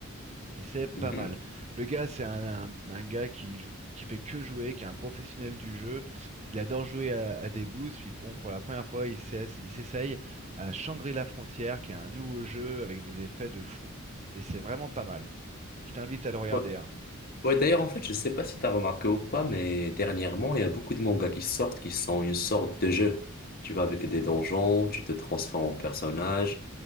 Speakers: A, on the right; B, on the left.
A: Et c'est pas
B: Mhm.
A: mal. Le gars, c'est un, un- un gars qui joue, qui fait que jouer, qui est un professionnel du jeu. Il adore jouer à, à des boosts. Puis pour, pour la première fois, il s'ess- il s'essaye à Shangri-La Frontière, qui est un nouveau jeu avec des effets de fou. Et c'est vraiment pas mal. Je t'invite à le regarder.
B: Ouais,
A: hein.
B: Ouais, d'ailleurs, en fait, je sais pas si t'as remarqué ou pas, mais dernièrement, il y a beaucoup de mangas qui sortent qui sont une sorte de jeu. Tu vas avec des donjons, tu te transformes en personnage,